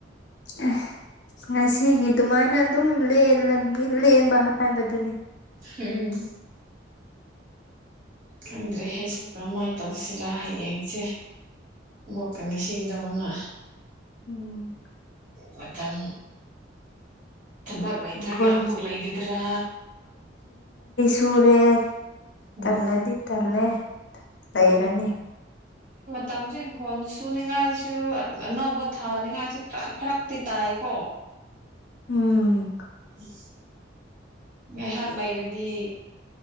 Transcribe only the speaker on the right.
ꯍꯨꯝ ꯈꯪꯗ꯭ꯔꯦ ꯑꯩꯁꯨ ꯀꯔꯝꯃꯥꯏꯟ ꯇꯧꯁꯤꯔꯥ ꯍꯌꯦꯡꯁꯦ ꯃꯨꯛꯀꯥ ꯉꯁꯤꯗꯧꯅ
ꯃꯇꯝ ꯊꯕꯛ ꯂꯩꯇ꯭ꯔꯒ
ꯑꯃꯨꯛ ꯂꯩꯒꯗ꯭ꯔꯥ
ꯎꯝ
ꯇꯝꯁꯦ ꯍꯤꯡꯈꯣꯜ ꯁꯨꯅꯤꯡꯉꯥꯏꯁꯨ ꯑꯅꯧꯕ ꯊꯥꯅꯤꯡꯉꯥꯏꯁꯨ ꯈꯔ ꯐꯔꯛꯇꯤ ꯇꯥꯏꯀꯣ
ꯏꯁ ꯉꯥꯏꯍꯥꯛ ꯂꯩꯔꯗꯤ